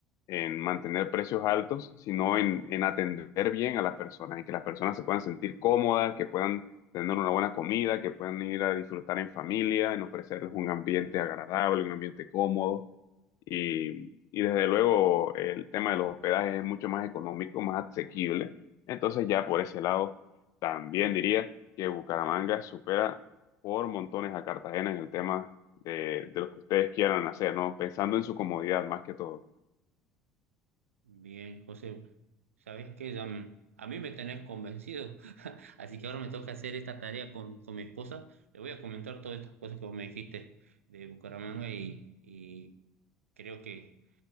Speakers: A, on the left; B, on the right.
A: en mantener precios altos, sino en, en atender bien a las personas, en que las personas se puedan sentir cómodas, que puedan tener una buena comida, que puedan ir a disfrutar en familia, en ofrecerles un ambiente agradable, un ambiente cómodo. Y, y desde luego el tema de los hospedajes es mucho más económico, más asequible. Entonces ya por ese lado, también diría que Bucaramanga supera por montones a Cartagena en el tema de, de lo que ustedes quieran hacer, ¿no? Pensando en su comodidad más que todo.
B: Bien, José, Sabes que ya m- a mí me tenés convencido, <laughs> así que ahora me toca hacer esta tarea con, con mi esposa. Le voy a comentar todas estas cosas que vos me dijiste de Bucaramanga y, y creo que